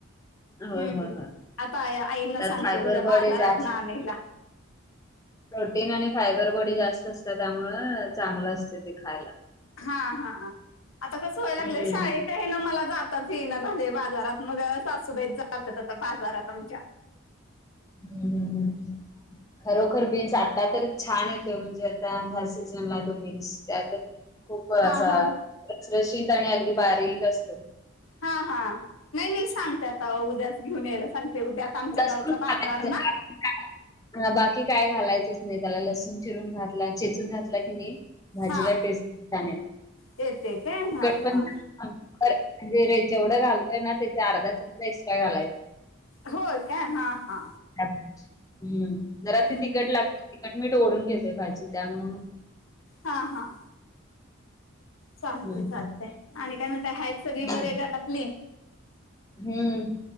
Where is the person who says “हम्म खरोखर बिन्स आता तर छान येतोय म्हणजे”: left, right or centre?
Left